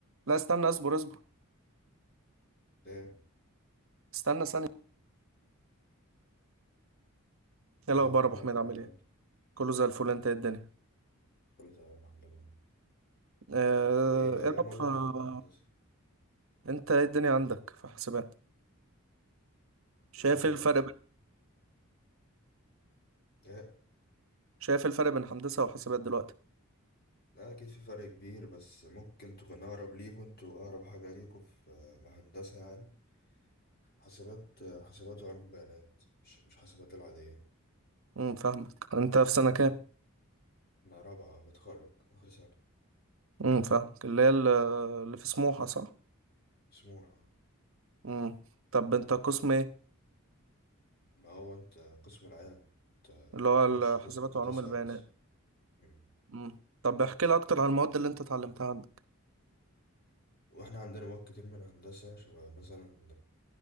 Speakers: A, on the right; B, on the left.
A: لا استنى اصبر اصبر
B: ايه
A: استنى ثانية ايه
B: ايه
A: الأخبار
B: الاخبار
A: يا أبو حميد
B: يا عبد الرحمن
A: عامل ايه؟ كله زي الفل انت ايه الدنيا؟
B: كله تمام الحمد لله
A: آه،
B: انت ايه بقى
A: ايه
B: ايه
A: رأيك
B: المواد
A: في-
B: اللي عندكم في هندسه
A: انت ايه الدنيا عندك في حسابات؟ شايف
B: لا احنا
A: ايه الفرق بين
B: ايه
A: شايف ايه الفرق بين هندسة وحسابات دلوقتي؟
B: لا اكيد في فرق كبير بس ممكن تكون اقرب ليكوا انتوا اقرب حاجه ليكوا في الهندسه يعني حاسبات حاسبات وعلوم بيانات مش مش حاسبات العاديه
A: امم فاهمك انت في سنة كام؟
B: انا رابعه بتخرج اخر سنه
A: امم فاهمك اللي هي ال- اللي في سموحة صح؟
B: سموحه
A: امم طب انت قسم ايه؟
B: ما هو انت قسم العام انت
A: اللي هو
B: تخش
A: الحسابات
B: قسم الداتا
A: وعلوم
B: ساينس
A: البيانات
B: مم.
A: امم طب احكي لي اكتر عن المواد اللي انت اتعلمتها عندك
B: واحنا عندنا مواد كتير من هندسه شبه مثلا